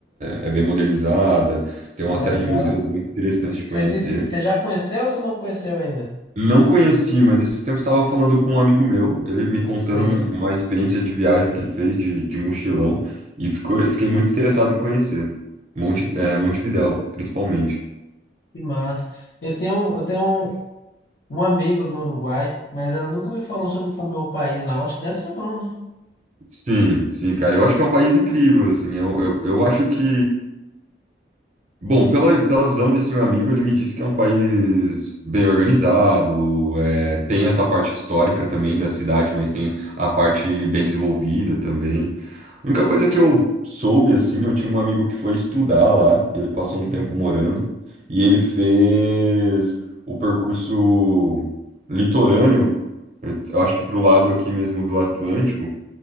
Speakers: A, on the right; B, on the left.
A: é, é bem modernizada, tem uma
B: Legal.
A: série de museus muito interessantes
B: Você
A: de conhecer.
B: disse, você já conheceu ou você não conheceu ainda?
A: Não conheci, mas esses tempos estava falando com um amigo meu, ele me contando
B: Sei.
A: um- uma experiência de viagem que ele fez de, de mochilão, e ficou, fiquei muito interessado em conhecer. Monte, é, Montevidéu, principalmente.
B: Que massa. Eu tenho, eu tenho um um amigo no Uruguai, mas ela nunca me falou sobre como é o país lá. Eu acho que deve ser bom, né?
A: Sim, sim, cara. Eu acho que é um país incrível, assim. Eu, eu, eu acho que Bom, pela, pela visão desse meu amigo, ele me disse que é um país bem organizado, é, tem essa parte histórica também da cidade, mas tem a parte bem desenvolvida também. A única coisa que eu soube, assim, eu tinha um amigo que foi estudar lá, ele passou um
B: Uhum.
A: tempo morando, e ele fez o percurso litorâneo, eu eu acho que pro lado aqui mesmo do Atlântico,